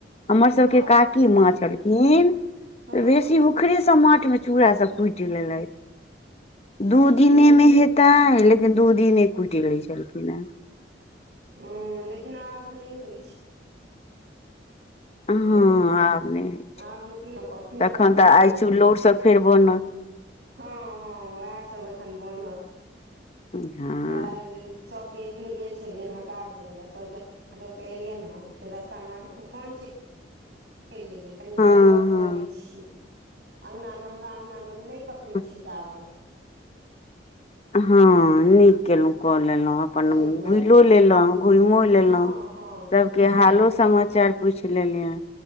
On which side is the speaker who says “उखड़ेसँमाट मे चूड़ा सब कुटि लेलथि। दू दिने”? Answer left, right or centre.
Left